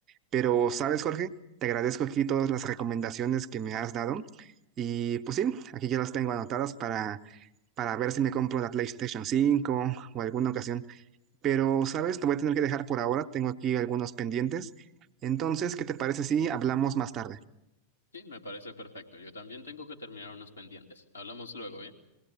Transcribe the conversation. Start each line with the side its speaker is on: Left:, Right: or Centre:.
Right: Pero, ¿sabes, Jorge? Te agradezco aquí todas las recomendaciones que me has dado. Y pues sí, aquí ya las tengo anotadas para, para ver si me compro la PlayStation cinco o alguna ocasión. Pero, ¿sabes? Te voy a tener que dejar por ahora. Tengo aquí algunos pendientes. Entonces, ¿qué te parece si hablamos más tarde?
Left: Sí, me parece perfecto. Yo también tengo que terminar unos pendientes. Hablamos luego, ¿bien?